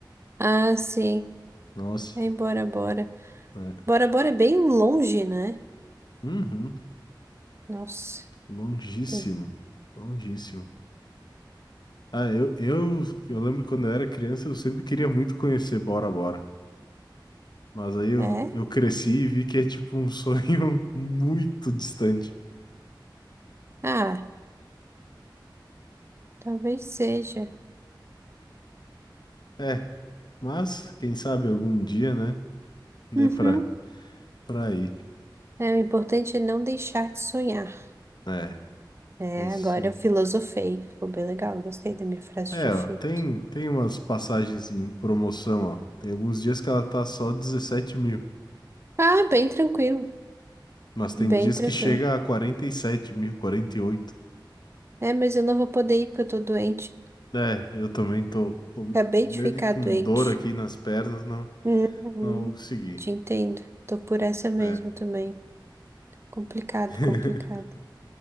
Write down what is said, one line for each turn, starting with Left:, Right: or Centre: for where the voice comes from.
Right: Ah, sim.
Left: Nossa,
Right: É, bora, bora.
Left: é.
Right: Bora, bora é bem longe, né?
Left: Uhum.
Right: Nossa.
Left: Longíssimo,
Right: Tem-
Left: longíssimo. Ah, eu, eu, eu lembro que quando eu era criança, eu sempre queria muito conhecer Bora Bora. Mas aí eu,
Right: É?
Left: eu cresci e vi que é tipo um sonho <laughs> muito distante.
Right: Ah, talvez seja.
Left: É, mas quem sabe algum dia, né? Dê
Right: Uhum.
Left: pra, pra ir.
Right: É, o importante é não deixar de sonhar.
Left: É,
Right: É,
Left: isso
Right: agora
Left: sim.
Right: eu filosofei. Ficou bem legal, gostei da minha frase
Left: É,
Right: de efeito.
Left: ó, tem, tem umas passagens em promoção, ó. Tem alguns dias que ela tá só 17 mil.
Right: Ah, bem tranquilo.
Left: Mas tem
Right: Bem
Left: dias
Right: tranquilo.
Left: que chega a 47 mil, quarenta e oito
Right: É, mas eu não vou poder ir porque eu tô doente.
Left: É, eu também tô, tô
Right: Acabei
Left: meio
Right: de ficar
Left: que com
Right: doente.
Left: dor aqui nas pernas, não.
Right: Uhum.
Left: Não consegui.
Right: Eu te entendo. Tô por essa mesmo
Left: É.
Right: também. Complicado,
Left: <laughs>
Right: complicado.